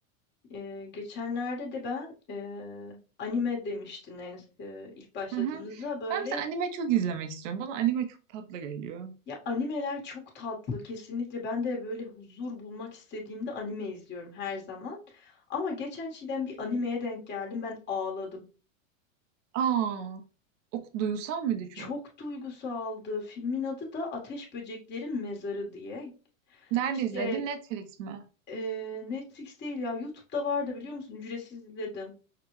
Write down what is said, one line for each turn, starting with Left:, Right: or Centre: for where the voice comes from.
Left: Ee, geçenlerde de ben e, anime demiştin en, e, ilk başladığımızda
Right: Hı hı.
Left: böyle
Right: Ben mesela anime çok izlemek istiyorum. Bana anime çok tatlı geliyor.
Left: ya animeler çok tatlı kesinlikle. Ben de böyle huzur bulmak istediğimde anime izliyorum her zaman. Ama geçen şeyden bir animeye denk geldim. Ben ağladım.
Right: Aa, o duysal mıydı çok?
Left: Çok duygusaldı. Filmin adı da Ateş Böceklerin Mezarı diye.
Right: Nerede
Left: İşte
Right: izledin? Netflix mi?
Left: e, Netflix değil ya YouTube'da vardı biliyor musun? Ücretsiz izledim.